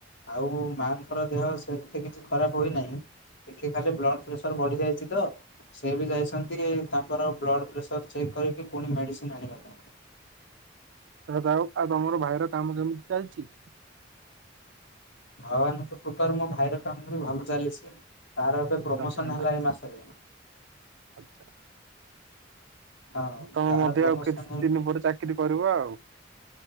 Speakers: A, on the left; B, on the right.
A: ଆଉ ମାଆଙ୍କର ଦେହ ସେତେ କିଛି ଖରାପ ହୋଇନାହିଁ। ଟିକେ ଖାଲି ବ୍ଲଡ ପ୍ରେସର ବଢିଯାଇଛି ତ।। ସେ ବି ଯାଇଛନ୍ତି ତାଙ୍କର ବ୍ଲଡ଼ ପ୍ରେସର ଚେକ୍ କରିକି ପୁଣି ମେଡ଼ିସିନ ଆଣିବା ପାଇଁ।
B: ହେ ଆଉ ତମର ଭାଇର କାମ କେମିତି ଚାଲିଛି।
A: ଭଗବାନଙ୍କ କୃପାରୁ ମୋ ଭାଇର କାମ ବି ଭଲ ଚାଲିଛି ତାର ଏବେ ପ୍ରମୋସନ
B: ଚାଲିଛି ନା
A: ହେଲା ଏ ମାସରେ।
B: ଆଚ୍ଛା।
A: ହଁ
B: ତମେ
A: ତାର
B: ମଧ୍ୟ
A: ପ୍ରମୋସନ
B: ଆଉ କିଛି
A: ହେଇ
B: ଦିନ ପରେ ଚାକିରି କରିବ ଆଉ।